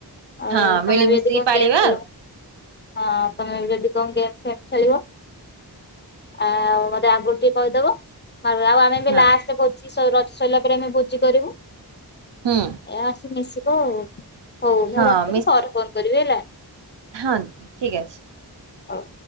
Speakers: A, on the left; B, on the right.
A: ଆଉ
B: ହଁ
A: ତମେ
B: ମିଳିମିଶିକି
A: ବି ଆଜି କଣ
B: ପାଳିବା
A: ଗେମ୍ ଖେଳିବ।
B: ଆଉ
A: ହଁ ତମେ ଯଦି କଣ ଗେମ୍ ଫେମ୍ ଖେଳିବ। ଆଉଁ ମତେ ଆଗରୁ ଟିକେ କହିଦବ ତାପରେ ଆଉ ମେ ବି
B: ହଁ।
A: ଲାଷ୍ଟ ଭୋଜି ସଁ ରଜସରିଲା ପରେ ଆମେ ଭୋଜି କରିବୁ।
B: ହୁଁ।
A: ଏଆସି ମିଶିବ ଆଉ ହଉ ମୁଁ
B: ହଁ
A: ରଖୁଛି
B: ମିସ୍
A: ପରେ ଫୋନ କରିବି ହେଲା।
B: ହଁ ଠିକ୍ ଅଛି।
A: ହଉ।